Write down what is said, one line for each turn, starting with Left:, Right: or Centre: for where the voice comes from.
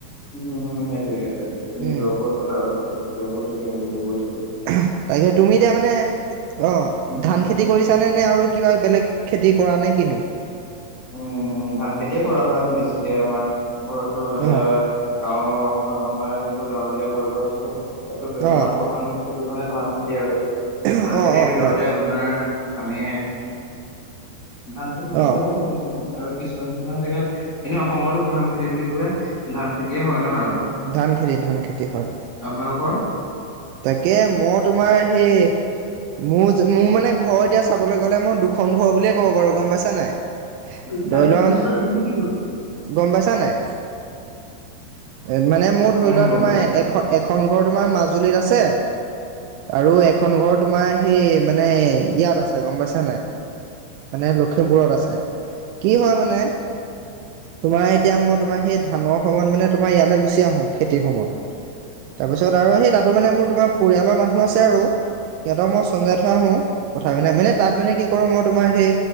Left: উমঁ উমঁ সেইটোয়ে সেইটোয়ে ত নিজৰ
Right: উম
Left: ওপৰত কথা আৰু নিজৰ ওপৰত ডিপেণ্ড কৰিব গৈছে তো
Right: আহ তাকে তুমি এতিয়া মানে অ
Left: উম
Right: ধান খিনি খেতি কৰিছানে নে আৰু কিবা বেলেগ খেতি কৰা নে কিনো?
Left: উমঁ ধান খেতিয়ে কৰা হয় বেছিকে আমাৰ ঘৰতো এতিয়া
Right: অ
Left: গাঁৱৰ আমাৰ যোনটো গাঁৱলীয়া পৰিৱেশত থাকো তাটো
Right: অ
Left: আমাৰ প্ৰধান খেতি মানে ধান খেতি আৰু
Right: অ',
Left: ধান খেতিৰ
Right: অ',
Left: ভিতৰতে,,,
Right: অ',
Left: আপোনাৰ আমি ধান খেতিকে
Right: অ',
Left: কৰো আৰু আৰু কিছুমান কিছুমান জেগাত এনেও অসমৰো প্ৰধান খেতি বুলি কলে ধান খেতিয়ে হয় ন আৰু
Right: ধান খেতি, ধান খেতি হয়।
Left: আপোনালোকৰ?
Right: তাকে মই তোমাৰ সেই মোৰ মোৰ মানে ঘৰ এতিয়া চাবলৈ গ'লে মই দুখন ঘৰ বুলিয়ে ক'ব পাৰু গম পাইছা নাই।
Left: ভিক্ষাৰিই
Right: ধৰি লোৱা
Left: তিনিশৰ কি হ'ল।
Right: গম পাইছা নাই এ মানে মোৰ ধৰি
Left: উম
Right: লোৱা
Left: গম
Right: তোমাৰ
Left: পাইছো
Right: এখন এখন ঘৰ তোমাৰ মাজুলীত আছে। আৰু এখন ঘৰ তোমাৰ সেই মানে ইয়াত আছে গম পাইছা নাই। মানে লখিমপুৰত আছে কি হয় মানে। তোমাৰ এতিয়া মই তোমাৰ সেই ধানৰ সময়ত মানে তোমাৰ ইয়ালৈ গুচি আহো খেতিৰ সময়ত। তাৰপিছত আৰু সেই তাতো মানে মোৰ তোমাৰ পৰিয়ালৰ মানুহ আছে আৰু। সিহঁতক মই চমজাই থৈ আহো কথা মানে তাত মানে কি কৰো মই তোমাৰ সেই